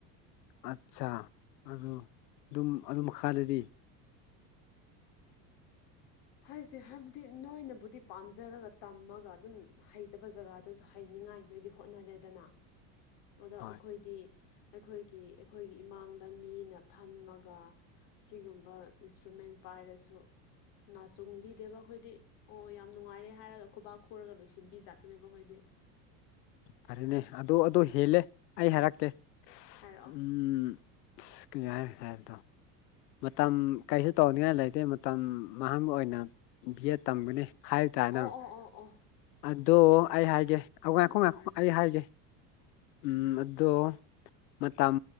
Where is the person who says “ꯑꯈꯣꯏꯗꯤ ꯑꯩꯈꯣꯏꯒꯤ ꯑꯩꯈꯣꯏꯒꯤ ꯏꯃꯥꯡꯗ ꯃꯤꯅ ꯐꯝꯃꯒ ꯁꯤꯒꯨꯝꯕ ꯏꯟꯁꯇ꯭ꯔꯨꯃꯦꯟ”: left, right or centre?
Left